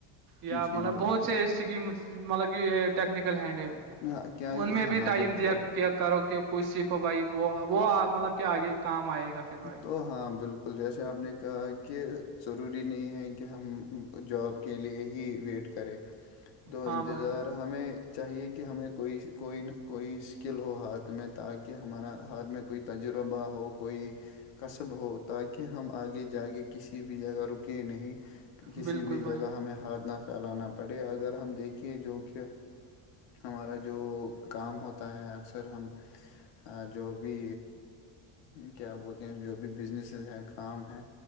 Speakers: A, on the right; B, on the left.
A: یا
B: جی
A: مطلب
B: بالکل
A: بہت سے سکیم مطلب کہ یہ ٹیکنیکل ہینڈ ہے
B: ہاں کیا
A: ان میں
B: ہاں
A: بھی ٹائم
B: بالکل
A: دیا کیا کرو کہ کچھ سیکھو بھائی وہ وہ مطلب کہ آگے کام آئے گا پھر بھائی
B: تو ہاں بالکل جیسے آپ نے کہا کہ ضروری نہیں ہے کہ ہم جاب کے لیے ہی ویٹ کرے تو
A: ہاں
B: انتظار
A: بھائی
B: ہمیں چاہیے کہ ہمیں کوئی کوئی نہ کوئی اسکل ہو ہاتھ میں تاکہ ہمارا ہاتھ میں کوئی تجربہ ہو کوئی کصب ہو تاکہ ہم آگے جا کے کسی بھی جگہ رکیں نہیں کہ کسی
A: بالکل
B: بھی
A: بھائی
B: جگہ ہمیں ہاتھ نہ پھیلانا پڑے اگر ہم دیکھییں جو کہ ہمارا جو کام ہوتا ہے اکثر ہم ہ جو بھی کیا بول جو بھی بزنسز ہیں کام ہے